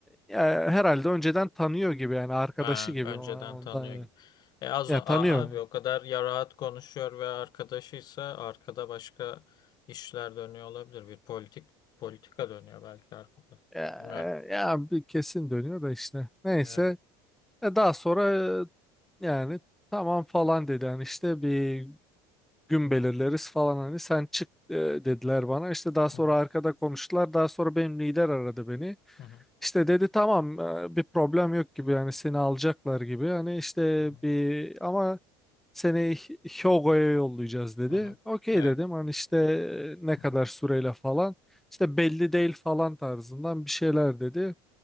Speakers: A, in the centre; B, on the left.
A: e, herhalde önceden tanıyor gibi yani arkadaşı
B: Ha,
A: gibi
B: önceden
A: ona- ondan
B: tanıyor
A: yani.
B: gibi. E az
A: Ya
B: o- a-
A: tanıyor.
B: abi
A: yani.
B: o kadar ya rahat konuşuyor ve arkadaşıysa arkada başka işler dönüyor olabilir. Bir politik politika dönüyor belki arkada.
A: Ya,
B: Bilmiyorum.
A: e, ya bir kesin dönüyor da işte. Neyse
B: Evet.
A: E, daha sonra e, yani tamam falan dedi yani işte bir gün belirleriz falan hani sen çık e, dediler bana. İşte daha sonra
B: Hı hı,
A: arkada konuştular. Daha sonra benim lider aradı beni.
B: hı hı,
A: İşte dedi tamam e, bir problem yok gibi yani seni alacaklar gibi. Hani işte
B: hı hı,
A: bir ama Seni Hyogo'ya yollayacağız dedi.
B: hı hı.
A: Okey
B: Evet.
A: dedim hani işte e, ne
B: hı
A: kadar
B: hı.
A: süreyle falan. İşte belli değil falan tarzından bir şeyler dedi.